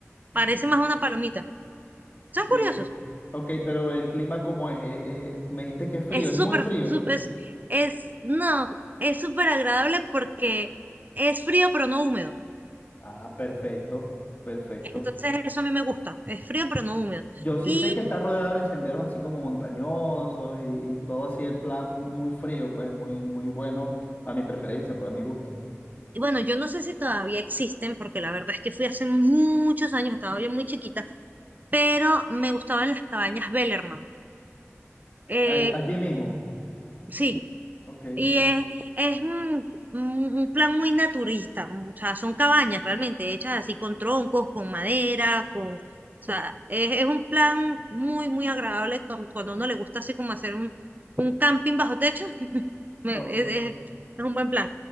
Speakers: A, on the right (about 35°); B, on the left (about 40°).
A: parece
B: Ujú.
A: más una palomita. Son
B: Sí,
A: curiosos.
B: Ok, pero el clima ¿cómo es? Es- es- es- me dijiste que es frío,
A: Es
B: es
A: súper,
B: muy frío.
A: súper, es, no, es súper agradable porque es frío pero no húmedo.
B: Ah, perfecto, perfecto.
A: Entonces eso a mí me gusta, es frío pero no húmedo.
B: Yo sí
A: Y
B: sé que está rodeada de senderos así como montañosos y, y todo así el plan muy frío, pues muy, muy bueno a mi preferencia, pues a mi gusto.
A: y bueno, yo no sé si todavía existen, porque la verdad es que fui hace muchos años, estaba yo muy chiquita, pero me gustaban las cabañas Bellerman. Eh,
B: A- allí mismo.
A: sí,
B: Ok.
A: y es, es un, un- un plan muy naturista, o sea, son cabañas realmente hechas así con troncos, con madera, con... O sea, es, es un plan muy, muy agradable cu- cuando a uno le gusta así como hacer un, un camping bajo techo. <laughs> me-
B: Ok.
A: es es- es un buen plan.